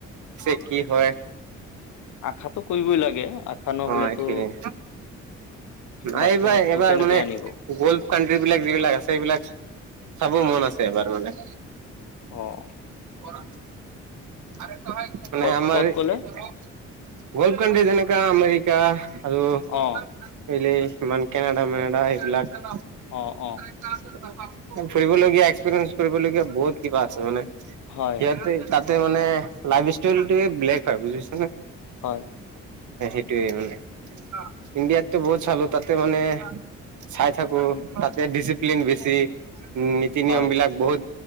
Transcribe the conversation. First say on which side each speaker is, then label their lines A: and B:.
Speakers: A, on the right (about 70°); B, on the left (about 70°).
A: যে কি হয়
B: আশাতো কৰিবই লাগে আশা নহ'লেতো
A: অ', <unintelligible> এইবাৰ
B: বাস্তৱতটো
A: এইবাৰ
B: কেনেকৈ
A: মানে
B: আনিব?
A: গল্ফ কাানট্ৰ্ৰী বিলাক যিবিলাক আছে, সবিলাক চাব মন আছে এবাৰ মানে
B: অ',
A: অ', মানে,
B: ক'ত
A: আমাৰল
B: ক'ত ক'লে?
A: কণ্টি যেনেকাা আমেৰিকা এইলে
B: অ',
A: ইমানমান কেনডা মেনডা এইবিলাক
B: অ',
A: ফুৰিবলগীয়া এক্সপিৰিয়েঞ্চ ফলগীয়া বহুত কিবা আছে মানে
B: হয়।
A: সিহতে মানে, লাইভ ষ্টৰি ব্লেক হয় বুজিছ ন
B: হয়,
A: সেইটোৱে মানে, ইণ্ডিয়াততো বহুত চালো তাতে মানে চাই থাকো
B: আম
A: তাতে, ডিচিপ্লিন বেছি নীতি
B: হয়
A: নিয়ম বিলাক বহুত